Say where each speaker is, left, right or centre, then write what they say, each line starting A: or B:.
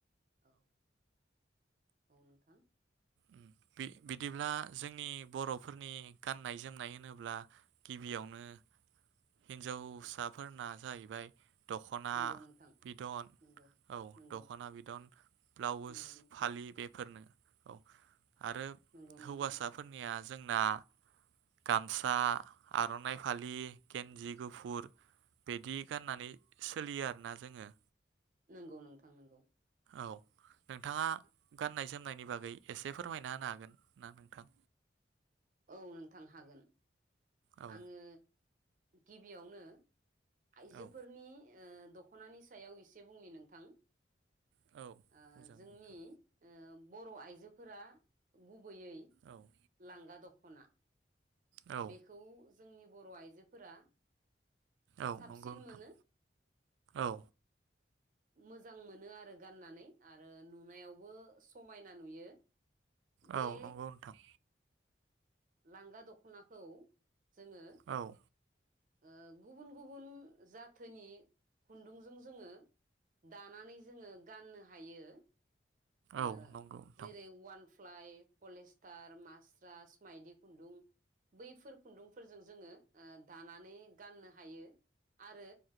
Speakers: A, on the right; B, on the right.
A: औ औ नोंथां
B: उम बि- बिदिब्ला जोंनि बर'फोरनि गाननाय जोमनाय होनोब्ला गिबियावनो हिनजावसाफोरना जाहैबाय दख'ना
A: नंगौ नोंथां
B: बिदन
A: नंगौ
B: औ
A: नंगौ
B: दख'ना बिदन ब्लाउस
A: नंगौ नोंथां
B: फालि बेफोरनो औ आरो
A: नंगौ
B: हौवासाफोरनिया
A: नोंथां
B: जोंना गामसा आर'नाइ फालि गेन्जि गुफुर बिदि गाननानै सोलियो आरोना जोङो
A: नोंगौ नोंथां नोंगौ
B: औ नोंथाङा गाननाय जोमनायनि बागै एसे फोरमायना होनो हागोन ना नोंथां
A: औ नोंथां हागोन
B: औ
A: आङो गिबियावनो आइजोफोरनि
B: औ
A: ओ दख'नानि सायाव एसे बुंनि नोंथां
B: औ
A: ओ
B: बुंजागोन
A: जोंनि
B: नोंथां
A: ओ बर' आइजोफोरा गुबै यै
B: औ
A: लांगा दखना खना
B: औ
A: बेखौ जोंनि बर' आइजोफोरा
B: औ
A: साबसिन
B: नंगौ नोंथां
A: मोनो
B: औ
A: मोजां मोनो आरो गाननानै आरो नुनायावबो समायना नुयो बे
B: औ नंगौ नोंथां
A: लांगा दख'नाखौ जोङो
B: औ
A: ओ गुबुन गुबुन जाथोनि खुन्दुंजों जोङो दानानै जोङो गाननो हायो ओ
B: औ नंगौ नोंथां
A: जेरै वान फ्लाइ पलेष्टार मास्रास माइदि खुन्दुं बैफोर खुन्दुंफोरजों जोङो ओ दानानै गाननो हायो आरो